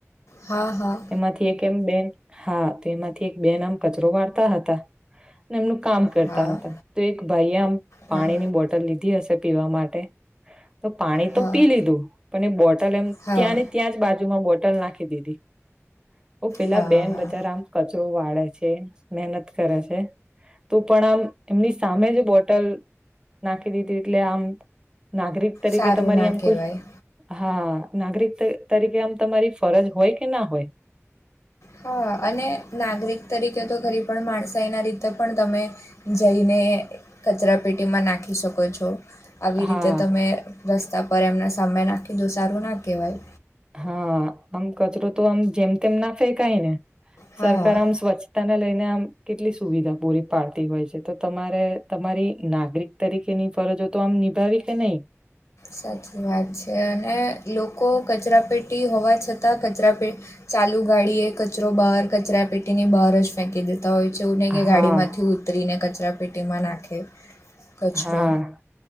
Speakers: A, on the left (about 75°); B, on the right (about 15°).
A: હા હા
B: એમાંથી એક એમ બેન હા, તો એમાંથી એક બે નામ કચરો વાળતા હતા. એમનું કામ કરતા
A: હા
B: હતા તો એક ભાઈએ આમ પાણીની
A: હા
B: બોટલ લીધી હશે, પીવા માટે તો પાણી
A: હા
B: તો પી લીધું પણ એ બોટલ એમ
A: હા
B: ત્યાં ને ત્યાં જ બાજુમાં બો તલ, નાખી દીધી ઓ પેલા
A: હા
B: બેન બજાર આમ કચરો વાળે છે મનત કરે છે, તો પણ આમ એમની સામે બોટલ, નાખી દીધી એટલે આમ નાગરિક તરીકે
A: સારું
B: તમારી
A: ના
B: આમ
A: કહેવાય
B: કોઈ હા. નાગરિક તરીકે અમ તમારી, ફરઝ હોય કે ના હોય
A: હા અને નાગરિક તરી કે તો ખરી પણ માણસાઈ એના રીતે પણ, તમે જઈને કચરાપેટીમાં નાખી શકો? શકો છો. આવી
B: હા
A: રીતે તમે રસ્તા પર એમને સામે નાખી દો સારું ના કહેવાય.
B: હા, અમ કચરો તો આમ જેમ તેમ ના ફે કઈ ને
A: હા
B: સરકાર આમ સ્વચ્છતાને લઈને આમ કેટલી સુવિધા પૂરી પાડતી હોય છે. તો તમારે તમારી નાગરિક તરીકેની ફરજો તો આમ નિભાવી કે નહી.
A: સાચી વાત છે, અને લોકો કચરાપેટી હોવા છતાં કચરાપેટી ચાલુ ગાડીએ કચરો, બહાર કચરા પેટીની બહાર જ ફેંકી દે તો હોય છે, એવું નને કે
B: હા
A: ગાડીમાંથી ઉતરીને કચરા પેટીમાં નાખે કચરો
B: હા,